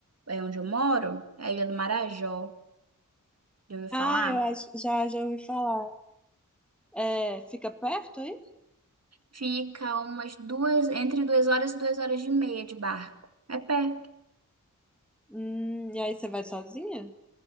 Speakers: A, on the right; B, in the centre.
A: é, onde eu moro, é a Ilha do Marajó. Já ouviu falar?
B: Ah, eu acho, já, já ouvi falar. É, fica perto aí?
A: Fica umas duas, entre duas horas e duas horas e meia de barco. É perto.
B: Hum, e aí você vai sozinha?